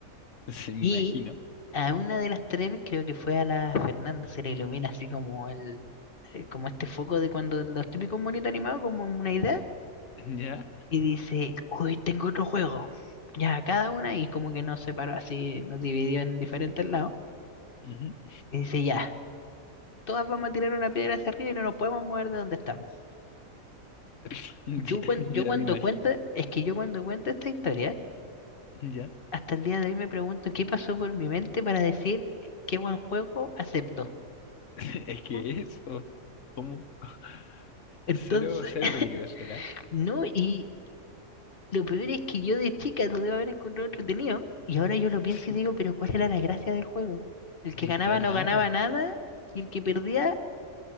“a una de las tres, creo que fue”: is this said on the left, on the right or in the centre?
Left